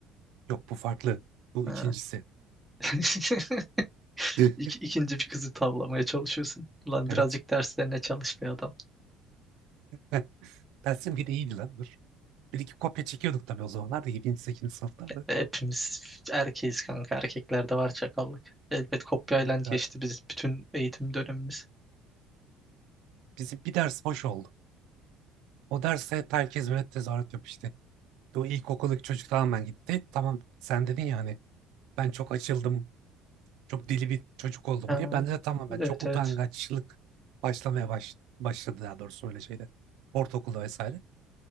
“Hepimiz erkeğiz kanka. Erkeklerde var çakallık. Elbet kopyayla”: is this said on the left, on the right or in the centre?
Centre